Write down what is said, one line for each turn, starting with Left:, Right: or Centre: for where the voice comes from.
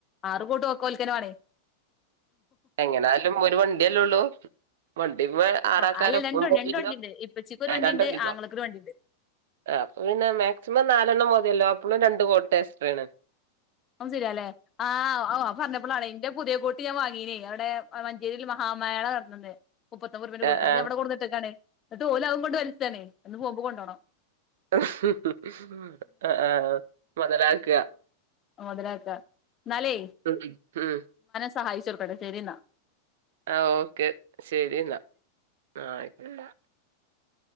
Left: ആറ് കോട്ടും ഓകേ ഓൾക്കെന്നെ വാണേ
Right: എങ്ങനാലും ഒരു വണ്ടിയല്ലേ ഒള്ളൂ വ ഇവൻ ആറാക്കാര
Left: ആ അല്ല
Right: ഒപ്പം
Left: രണ്ടു രണ്ട്
Right: <unintelligible>
Left: വണ്ടിണ്ട് ഇപ്പച്ചിക്ക് ഒരു വണ്ടിണ്ട് ആങ്ങളക്ക്
Right: <unintelligible> <unintelligible>
Left: ഒരു വണ്ടിണ്ട്
Right: ആഹ് അപ്പൊ പിന്നെ മാക്സിമം നാലെണ്ണം മതിയല്ലോ അപ്പളും രണ്ട് കോട്ട് എക്സ്ട്രെണ്
Left: അതും ശരിയാല്ലേ ആഹ് ഓ പറഞ്ഞപ്പളാണെ ഞാൻ പുതിയ കോട്ട് ഞാൻ വാങ്ങീനേ അവടെ മഞ്ചേരിയിൽ മഹാമേള നടന്ന <unintelligible> മുപ്പത്തൊമ്പത് രൂപേടെ കോട്ട്
Right: ആഹ്
Left: അത്
Right: ആഹ്
Left: ഞമ്മടെ <unintelligible> എന്നിട്ട് ഓല് അതും കൊണ്ട് <unintelligible> ഇന്ന് പോമ്പ കൊണ്ടോണം
Right: ആഹ് ആഹ് മൊതലാക്ക്‌ക
Left: മൊതലാക്ക്‌ക ന്നാലേ
Right: ഉം ഉം
Left: സഹായിച്ച <unintelligible> ശരിന്നാ
Right: ആ ഓക്കെ ശരി എന്നാ ആ ആയിക്കോട്ടെ